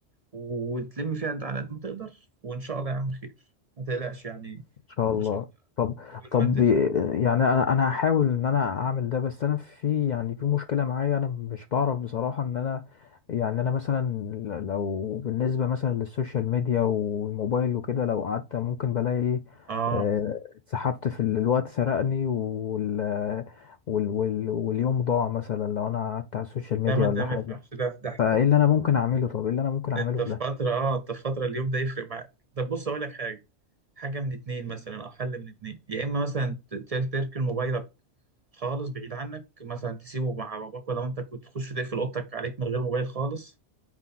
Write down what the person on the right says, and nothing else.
وتلم فيها انت على قد ما تقدر وإن شاء الله يا عم خير ما تقلقش يعني
إن شاء
الله
المادة دي
آه
لا ما
ده
ما ينفعش ده في ده
انت
في
فترة اه انت في فترة اليوم ده يفرق معاك طب بص اقول لك حاجة حاجة من اتنين مثلا او حل من اتنين يا اما مثلا ت- ت- تركن موبايلك خالص بعيد عنك مثلا تسيبه مع باباك ولا انت كنت تخش تقفل اوضتك عليك من غير موبايل خالص